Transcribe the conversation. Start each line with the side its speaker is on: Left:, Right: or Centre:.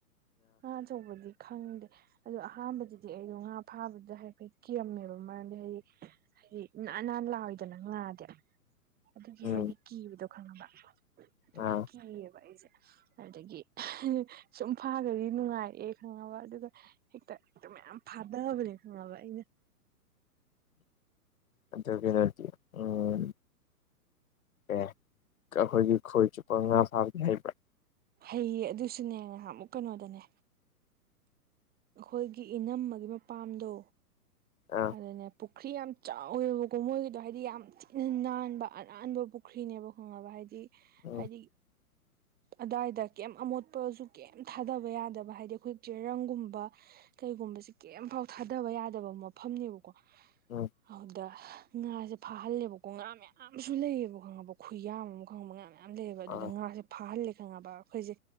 Right: ꯉꯥ ꯑꯆꯧꯕꯗꯤ ꯈꯪꯗꯦ ꯑꯗꯣ ꯑꯍꯥꯟꯕꯗꯗꯤ ꯑꯩꯗꯣ ꯉꯥ ꯐꯥꯕꯗ ꯍꯥꯏꯐꯦꯠ ꯀꯤꯔꯝꯃꯦꯕ ꯃꯔꯝꯗꯤ ꯍꯥꯏꯗꯤ ꯁꯤ ꯅꯥꯟ ꯅꯥꯟ ꯂꯥꯎꯏꯗꯅ ꯉꯥꯗꯤ ꯑꯗꯨꯒꯤ
Left: ꯎꯝ
Right: ꯍꯥꯏꯗꯤ ꯀꯤꯕꯗꯣ ꯈꯪꯉꯕ ꯑꯗꯨꯒꯤ
Left: ꯑꯥ
Right: ꯀꯤꯌꯦꯕ ꯑꯩꯁꯦ ꯑꯗꯨꯗꯒꯤ ꯁꯨꯝ ꯐꯥꯒ꯭ꯔꯗꯤ ꯅꯨꯡꯉꯥꯏꯔꯛꯑꯦ ꯈꯪꯉꯕ ꯑꯗꯨꯒ ꯍꯦꯛꯇ ꯗꯨ ꯃꯌꯥꯝ ꯐꯥꯗꯕꯅꯦ ꯈꯪꯉꯕ ꯑꯩꯅ
Left: ꯑꯗꯨ ꯀꯩꯅꯣꯗꯤ ꯎꯝ ꯑꯦ ꯑꯩꯈꯣꯏꯒꯤ ꯈꯣꯏ ꯆꯨꯞꯄꯒ ꯉꯥ ꯐꯥꯕꯗꯤ ꯍꯩꯕ꯭ꯔꯥ
Right: ꯍꯩꯌꯦ ꯑꯗꯨꯁꯨꯅꯦ ꯉꯍꯥꯟꯃꯨꯛ ꯀꯩꯅꯣꯗꯅꯦ ꯑꯩꯈꯣꯏꯒꯤ ꯏꯅꯝꯃꯒꯤ ꯃꯄꯥꯝꯗꯣ
Left: ꯑꯥ
Right: ꯑꯗꯨꯅꯦ ꯄꯨꯈ꯭ꯔꯤ ꯌꯥꯝ ꯆꯥꯎꯋꯦꯕꯀꯣ ꯃꯣꯏꯒꯤꯗꯣ ꯍꯥꯏꯗꯤ ꯌꯥꯝ ꯊꯤꯅ ꯅꯥꯟꯕ ꯑꯅꯥꯟꯕ ꯄꯨꯈ꯭ꯔꯤꯅꯦꯕ ꯈꯪꯉꯕ ꯍꯥꯏꯗꯤ
Left: ꯎꯝ
Right: ꯍꯥꯏꯗꯤ
Left: <inaudible>
Right: ꯑꯗꯥꯏꯗ ꯀꯩꯝ ꯑꯃꯣꯠꯄꯁꯨ ꯀꯩꯝ ꯊꯥꯗꯕ ꯌꯥꯗꯕ ꯍꯥꯏꯗꯤ ꯑꯩꯈꯣꯏ ꯆꯦꯔꯪꯒꯨꯝꯕ ꯀꯩꯒꯨꯝꯕꯁꯦ ꯀꯩꯝꯐꯥꯎ ꯊꯥꯗꯕ ꯌꯥꯗꯕ ꯃꯐꯝꯅꯦꯕꯀꯣ
Left: ꯎꯝ
Right: ꯑꯗꯨꯗ ꯉꯥꯁꯦ ꯐꯥꯍꯜꯂꯦꯕꯀꯣ ꯉꯥ ꯃꯌꯥꯝꯁꯨ ꯂꯩꯌꯦꯕ ꯈꯪꯉꯕ ꯈꯨꯌꯥꯝ ꯑꯃ ꯈꯪꯉꯕ ꯉꯥ ꯃꯌꯥꯝ ꯃꯌꯥꯝ ꯂꯩꯌꯦꯕ ꯑꯗꯨꯗ
Left: ꯑꯥ
Right: ꯉꯥꯁꯦ ꯐꯥꯍꯜꯂꯦ ꯈꯪꯉꯕ ꯑꯩꯈꯣꯏꯁꯦ